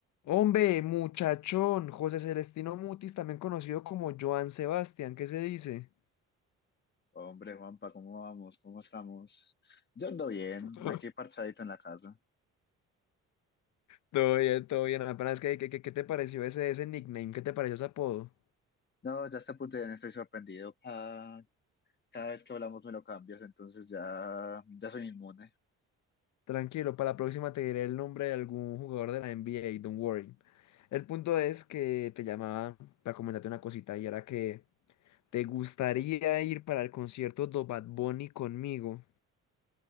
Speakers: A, on the left; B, on the left.
A: Hombre, muchachón, José Celestino Mutis, también conocido como Joan Sebastián, ¿qué se dice?
B: Hombre, Juanpa, ¿cómo vamos? ¿Cómo estamos? Yo ando bien,
A: <laughs>
B: aquí parchadito en la casa.
A: Todo bien, todo bien. Apenas que, que- que- ¿qué te pareció ese, ese nickname? ¿Qué te pareció ese apodo?
B: No, ya está puto, estoy sorprendido. Cada, cada vez que hablamos me lo cambias, entonces ya, ya soy inmune.
A: Tranquilo, para la próxima te diré el nombre de algún jugador de la NBA, don't worry. El punto es que te llamaba para comentarte una cosita y era que te gustaría ir para el concierto de Bad Bunny conmigo.